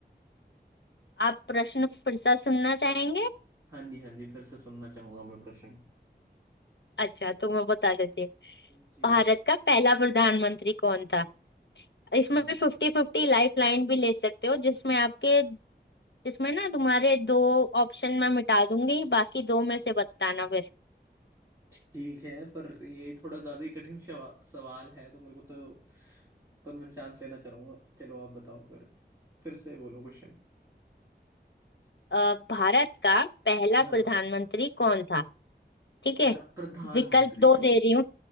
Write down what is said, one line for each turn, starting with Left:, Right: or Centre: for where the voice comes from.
Left: आप प्रश्न फिर से सुनना चाहेंगे
Right: हाँ जी हाँ जी फिर से सुनना चाहूंगा मैं प्रश्न
Left: अच्छा तो मैं बता देती हूँ
Right: जी
Left: भारत का पहला प्रधानमंत्री कौन था इसमें
Right: हम्म
Left: फिफ्टी फिफ्टी लाइफ लाइन भी ले सकते हो जिसमें आपके जिसमें ना तुम्हारे दो ऑप्शन मैं मिटा दूंगी बाकी दो में से बताना फिर
Right: ठीक है पर ये थोड़ा ज्यादा ही कठिन शवा- सवाल है तो मेरे को तो पर मैं चांस लेना चाहूंगा चलो आप बताओ फिर फिर से बोलो क्वेश्चन
Left: अ, भारत का पहला
Right: हाँ
Left: प्रधानमंत्री कौन था ठीक
Right: पहला
Left: है
Right: प्रधानमंत्री
Left: विकल्प दो
Right: ओके
Left: दे रही हूँ